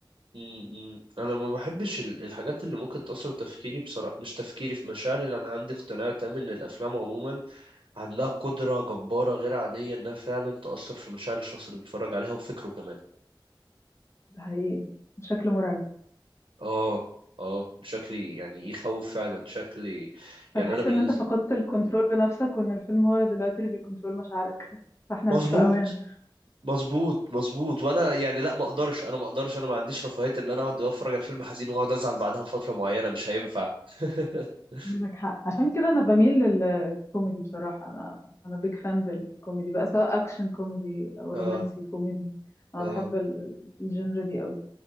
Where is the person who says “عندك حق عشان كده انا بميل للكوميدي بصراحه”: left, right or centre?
Left